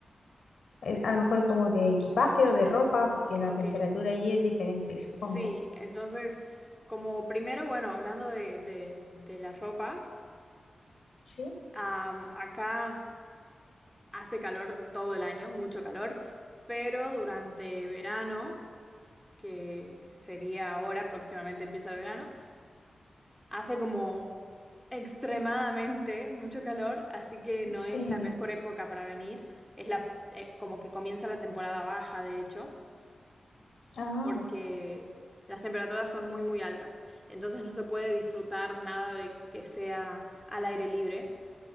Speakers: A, on the left; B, in the centre.
A: Eh, A lo mejor como de equipaje o de ropa, porque la
B: Ok,
A: temperatura allí es diferente, supongo.
B: sí, entonces como primero, bueno, hablando de, de, de la ropa.
A: Sí,
B: Am, acá hace calor todo el año, mucho calor, pero durante verano, que sería ahora, próximamente empieza el verano, hace como extremadamente mucho calor, así que no
A: sí.
B: es la mejor época para venir. Es la, eh, como que comienza la temporada baja, de hecho,
A: Ah,
B: porque las temperaturas son muy, muy altas. Entonces no se puede disfrutar nada de que sea al aire libre.